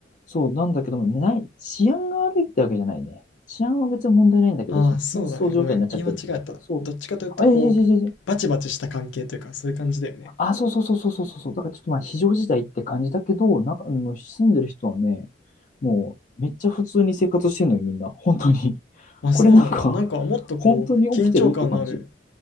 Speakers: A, on the left (about 40°); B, on the left (about 85°).
A: そうなんだけども、ない、治安が悪いってわけじゃないね。治安は別に問題ないんだけど、
B: ああ、
A: その戦争状態になっちゃってるってだけ。
B: そうだね。ごめん。言い間違えた。
A: そう。
B: どっちかというとこう、
A: あ、いやいやいやいやいや、
B: バチバチした関係というか、そういう感じだよね。
A: あ、そうそうそうそうそうそう。だからちょっとまあ非常事態って感じだけど、なんか、あの住んでる人はね、もうめっちゃ普通に生活してんのよ、みんな。本当に。<laughs>
B: あ、
A: これなんか、
B: そうなんだ。なんかもっとこう、
A: 本当に起きてるって感じ。
B: 緊張感のある。